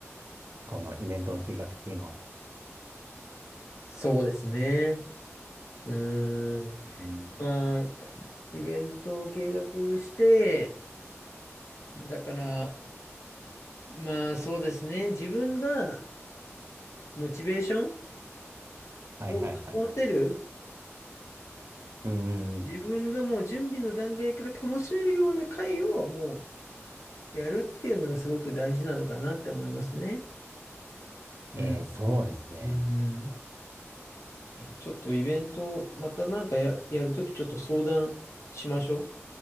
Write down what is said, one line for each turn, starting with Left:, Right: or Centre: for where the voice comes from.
Right: このイベントの計画っていうのは。
Left: そうですね。うーん。
Right: うん。
Left: まあ、イベントを計画して、だから、まあそうですね。自分がモチベーション
Right: はいはいはい。
Left: を保てる、
Right: うんうんうん。
Left: 自分がもう準備の段階から楽しめるような回をもうやるっていうのがすごく大事なのかなって思いますね。うん。
Right: えー、そうですね。
Left: うんうんうんちょっとイベント、またなんかや、やるときちょっと相談しましょ